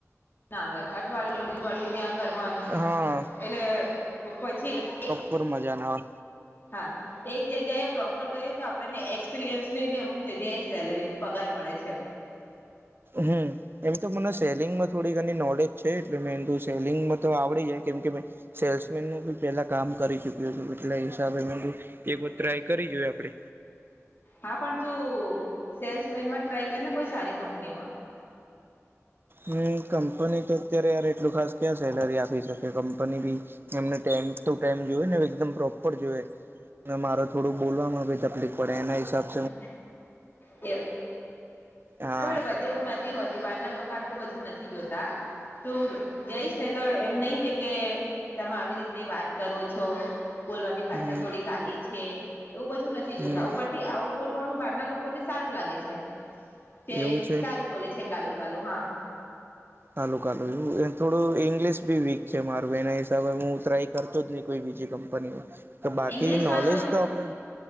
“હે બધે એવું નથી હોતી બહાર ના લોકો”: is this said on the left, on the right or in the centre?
Left